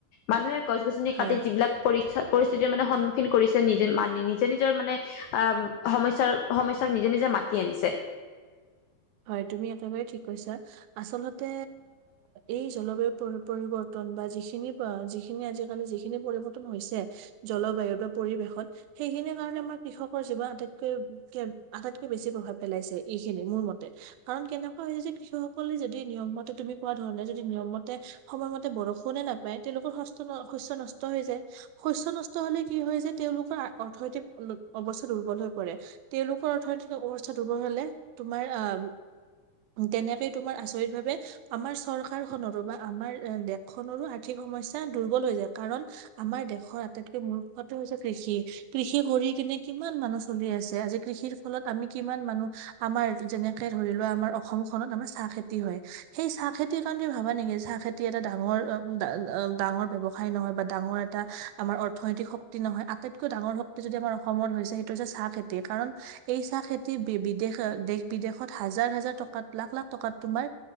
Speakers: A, on the left; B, on the right.
A: মানুহে গছ গছনি
B: হয়
A: কাটি যিবিলাক পৰিক্ষ পৰিস্থিতিৰ মানে সন্মুখীন- কৰিছে নিজে মা নিজে নিজৰ মানে আহ সমস্যাৰ সমস্যাক নিজে নিজে মাতি আনিছে।
B: <inaudible> হয় তুমি একেবাৰেই ঠিক কৈছা। আচলতে এই জলবায়ু পৰি পৰিৱৰ্তন- বা যিখিনি যিখিনি আজিকালি যিখিনি পৰিৱৰ্তন হৈছে জলবায়ু বা পৰিৱেশত- সেইখিনিৰ কাৰণে আমাৰ কৃষকৰ জীৱন আটাইতকৈ আটাইতকৈ বেছি প্ৰভাৱ পেলাইছে এইখিনি মোৰ মতে। কাৰণ কেনেকুৱা হৈছে যে কৃষক সকলে যদি নিয়মতে তুমি কোৱা ধৰণে যদি নিয়মতে সময়মতে। বৰষুণে নাপায় তেওঁলোকৰ হস্ত ন। শস্য নষ্ট হৈ যায় শস্য নষ্ট হলে কি হয় যে তেওঁলোকৰ অৰ্থনৈতিক অৱস্থা দুৰ্বল হৈ- কৰে। তেওঁলোকৰ অৰ্থনৈতিক অৱস্থা দুৰ্বল হলে তোমাৰ আহ। তেনেকেই তোমাৰ আচৰিত ভাৱে আমাৰ চৰকাৰ খনৰো বা আমাৰ দেশখনৰো আৰ্থিক সম। সমস্যা দুৰ্বল হৈ যায়। কাৰণ আমাৰ দেশৰ আটাইতকৈ মুখ্যটো হৈছে কৃষি। কৃষি কৰি কিনি। কিমান মানুহ চলি আছে। আজি কৃষিৰ ফলত আমি কিমান মানুহ আমাৰ যেনে। ধৰি লোৱা আমাৰ অসমখনত আমাৰ চাহ খেতি হয় সেই চাহ খেতিৰ কাৰণে তুমি ভাবা নেকি চাহ খেতি এটা ডাঙৰ- ডাঙৰ ব্যৱসায় নহয় বা ডাঙৰ এটা আমাৰ অৰ্থনৈতিক শক্তি নহয় আটাইতকৈ ডাঙৰ- ভক্তি যদি আমাৰ অসমত হৈছে, সেইটো হৈছে চাহ খেতি। কাৰণ এই চাহ খেতি বি বিদেশ দেশ বিদেশ। হাজাৰ হাজাৰ টকাত লাখ লাখ টকাত তোমাৰ